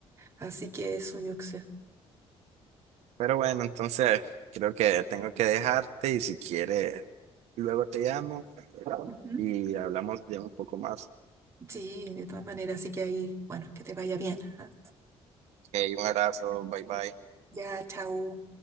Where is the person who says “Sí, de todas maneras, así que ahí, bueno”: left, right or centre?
Right